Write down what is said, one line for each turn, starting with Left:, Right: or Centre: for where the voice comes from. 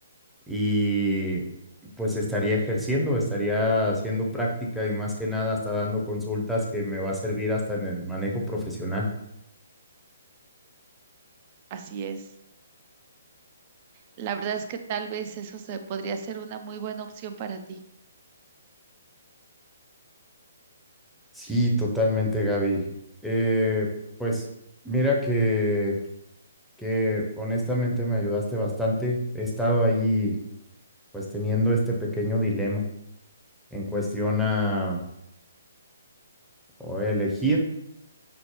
Centre: y pues estaría ejerciendo, estaría haciendo práctica y más que nada hasta dando consultas que me va a servir hasta en el manejo profesional.
Right: Así es. La verdad es que tal vez eso se podría ser una muy buena opción para ti.
Centre: Sí, totalmente, Gaby. Eh, pues mira que, que honestamente me ayudaste bastante. He estado ahí pues teniendo este pequeño dilema en cuestión a o elegir